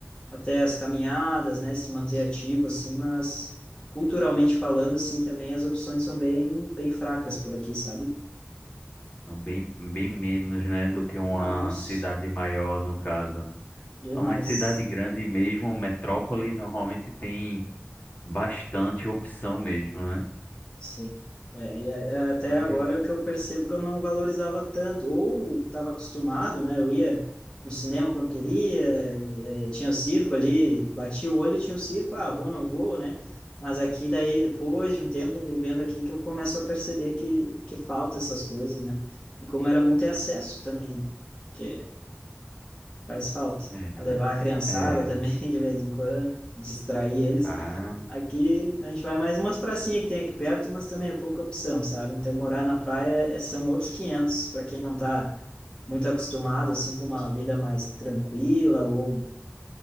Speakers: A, on the left (about 20°); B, on the left (about 40°).
A: até as caminhadas, né, se manter ativo assim, mas culturalmente falando assim também as opções são bem bem fracas por aqui, sabe?
B: Então, bem, bem menos, né, do que uma
A: Nossa,
B: cidade maior, no caso.
A: demais.
B: Normalmente, cidade grande mesmo, metrópole, normalmente tem bastante opção mesmo, né?
A: Sim. É, e é- é até
B: Mas,
A: agora é o que eu percebo que eu não valorizava tanto, ou estava acostumado, né? Eu ia no cinema quando queria, e, é, tinha o circo ali, batia o olho e tinha o circo, ah, vou, não vou, né? Mas aqui daí, depois de um tempo vivendo aqui, que eu começo a perceber que, que falta essas coisas, né? E como era bom ter acesso também, né? Que faz falta.
B: é,
A: A levar a criançada
B: é.
A: também, <laughs> de vez em quando, distrair eles.
B: Ah,
A: Aqui a gente vai mais umas pracinhas que tem aqui perto, mas também é pouca opção, sabe? Então morar na praia é- são outros 500 para quem não tá muito acostumado assim com uma vida mais tranquila ou